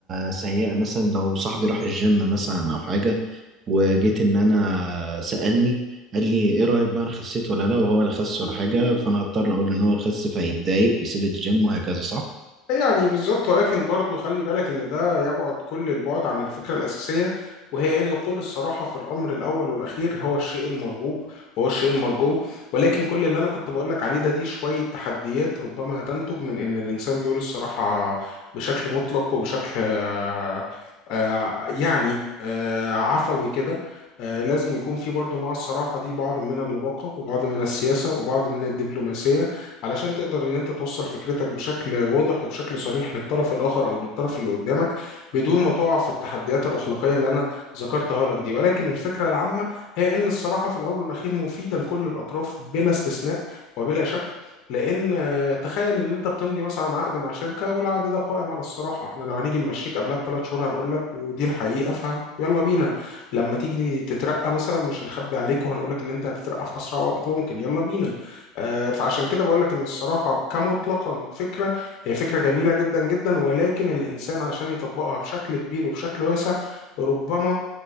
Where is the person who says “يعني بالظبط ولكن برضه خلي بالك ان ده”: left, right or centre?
Left